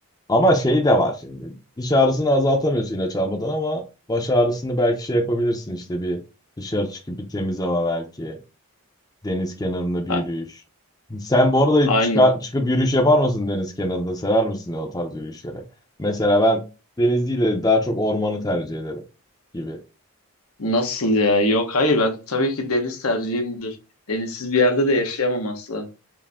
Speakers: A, on the left (about 15°); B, on the left (about 80°).
A: ama şey de var şimdi. Diş ağrısını azaltamıyorsun ilaç almadan ama baş ağrısını belki şey yapabilirsin işte bir dışarı çıkıp bir temiz hava belki. Deniz kenarında bir
B: A-
A: yürüyüş. Sen bu arada
B: Aynen.
A: çıka- çıkıp yürüyüş yapar mısın deniz kenarında? Sever misin o tarz yürüyüşleri? Mesela ben deniz değil de daha çok ormanı tercih ederim gibi.
B: Nasıl ya? Yok hayır ben tabii ki deniz tercihimdir. Denizsiz bir yerde de yaşayamam asla.